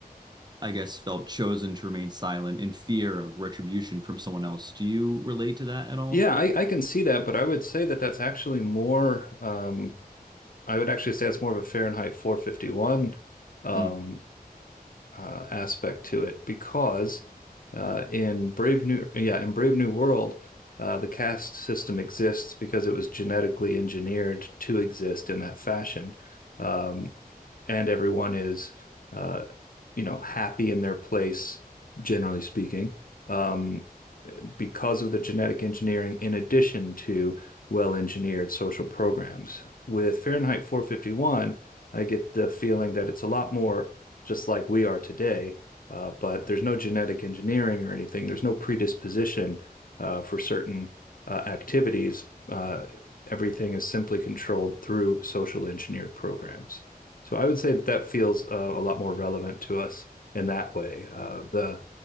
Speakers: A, on the right; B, on the left.
A: I guess, felt chosen to remain silent in fear of retribution from someone else. Do you relate to that at all?
B: Yeah, I, I can see that, but I would say that that's actually more, um, I would actually say it's more of a Fahrenheit 451 um,
A: Mm.
B: uh, aspect to it because uh, in Brave New, yeah, in Brave New World, uh, the caste system exists because it was genetically engineered to exist in that fashion. Um, and everyone is uh, you know happy in their place, generally speaking, um, because of the genetic engineering, in addition to well-engineered social programs. With Fahrenheit 451, I get the feeling that it's a lot more just like we are today, uh, but there's no genetic engineering or anything. There's no predisposition uh, for certain uh, activities. Uh, everything is simply controlled through social engineered programs. So I would say that that feels uh, a lot more relevant to us in that way. Uh, the